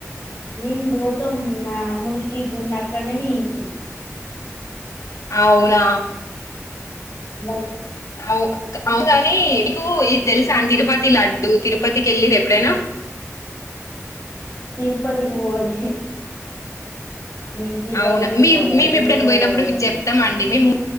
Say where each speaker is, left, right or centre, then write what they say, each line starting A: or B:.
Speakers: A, on the left (about 55°); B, on the left (about 75°).
A: మేము భూతం మా అమ్మలకి గుండ అక్కడనే తీయించాం
B: అవునా
A: మొ
B: అవు అవుగాని మీకు ఇది తెలుస అన్ తిరుపతి లడ్డు తిరుపతికి ఎళ్ళిరా ఎప్పుడైనా
A: తిరుపతి కి పోలే మేము తిరుపతికి
B: అవునా మే
A: పోలే
B: మేము
A: వేములవాడకి
B: ఎప్పుడైనా పోయినప్పుడు
A: పోయినం
B: మీకు చెప్తామండి
A: మేము
B: మేము